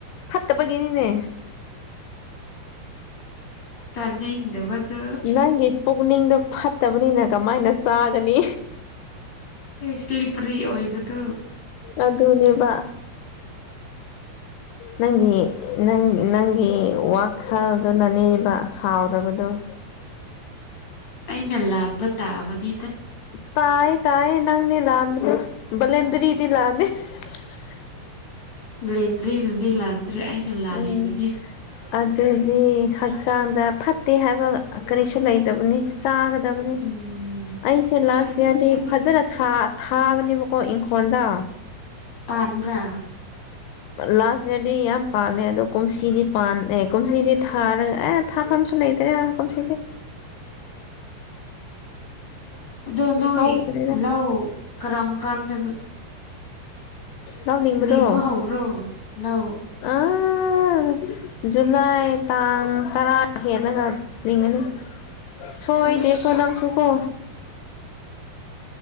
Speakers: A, on the left; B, on the left.
A: ꯐꯠꯇꯕꯒꯤꯅꯤꯅꯦ
B: ꯁꯥꯗꯤ ꯗꯤꯕꯗ
A: ꯅꯪꯒꯤ ꯄꯨꯛꯅꯤꯡꯗꯣ ꯐꯥꯠꯇꯕꯅꯤꯅ ꯀꯃꯥꯏꯅ ꯆꯥꯒꯅꯤ
B: ꯁ꯭ꯂꯤꯞꯄ꯭ꯔꯤ ꯑꯣꯏꯕꯗꯣ
A: ꯑꯗꯨꯅꯦꯕ ꯅꯪꯒꯤ ꯅꯪꯒꯤ ꯋꯥꯈꯜꯗꯨꯅꯅꯦꯕ ꯍꯥꯎ ꯇꯕꯥꯗ‌ꯣ
B: ꯑꯩꯅ ꯂꯥꯟꯕ ꯇꯥꯕꯗꯤ
A: ꯇꯥꯌꯦ ꯇꯥꯌꯦ ꯅꯪꯅꯤ ꯂꯥꯟꯕꯗ‌ꯣ ꯂꯦꯟꯗꯔꯤꯗꯤ ꯂꯥꯅꯦ <unintelligible>
B: ꯂꯦꯟꯗ꯭ꯔꯤꯅꯗꯤ ꯂꯥꯟꯗ꯭ꯔꯔꯤ ꯑꯩꯅ ꯂꯥꯜꯂꯤꯕꯅꯦ
A: ꯎꯝ ꯑꯗꯨꯗꯤ ꯍꯛꯆꯥꯡꯗ ꯐꯠꯇꯦ ꯍꯥꯏꯕ ꯀꯔꯤꯁꯨ ꯂꯩꯗꯕꯅꯤ ꯆꯥꯒꯗꯕꯅꯤ
B: ꯎꯝ
A: ꯑꯩꯁꯦ ꯂꯥꯁ
B: ꯆꯥꯅꯤꯡꯗꯕꯒꯤꯅꯤꯗ
A: ꯏꯌꯥꯔꯗꯤ ꯐꯖꯅ ꯊꯥꯕ ꯇꯅꯦꯕꯀꯣ ꯏꯪꯈꯣꯜꯗ
B: ꯄꯥꯟꯕ꯭ꯔꯥ
A: ꯂꯥꯁꯇꯗꯤ ꯌꯥꯝ ꯄꯥꯜꯂꯦ ꯑꯗꯣ ꯀꯨꯝꯁꯤꯗꯤ ꯀꯨꯝꯁꯤꯗꯤ ꯊꯥꯔꯒ ꯑꯦ ꯊꯥ ꯐꯝꯁꯨ ꯂꯩꯇꯔꯦ ꯀꯁꯤ
B: ꯑꯗꯣ ꯅꯣꯏ
A: ꯍꯧꯗ꯭ꯔꯦꯗ
B: ꯂ ꯀꯔꯝ ꯀꯥꯟꯗ
A: ꯂꯥꯎꯅꯤꯡꯕꯗꯣ
B: ꯂꯤꯡꯕ ꯍꯧꯕ꯭ꯔꯣ ꯂꯧ
A: ꯑꯥ ꯖꯨꯂꯥꯏ ꯇꯥꯡ ꯇꯔꯥ ꯍꯦꯜꯂꯒ ꯂꯤꯡꯒꯅꯤ ꯁꯣꯏ
B: ꯑꯁ
A: ꯗꯦꯀꯣ ꯅꯪꯁꯨꯣꯛꯀꯣ